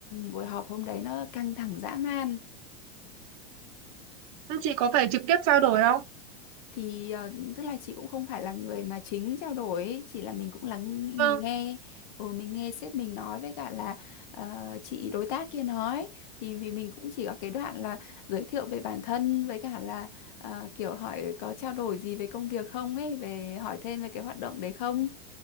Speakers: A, on the left; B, on the right.
A: buổi họp hôm đấy nó căng thẳng dã man
B: Thế chị có phải trực tiếp trao đổi không?
A: thì ờ, tức là chị cũng không phải là người mà chính trao đổi ấy, chỉ là mình cũng lắng mình
B: Vâng.
A: nghe ừ, mình nghe sếp mình nói với cả là ờ, chị đối tác kia nói thì vì mình cũng chỉ có cái đoạn là giới thiệu về bản thân với cả là ờ, kiểu hỏi có trao đổi gì về công việc không ấy về hỏi thêm về cái hoạt động đấy không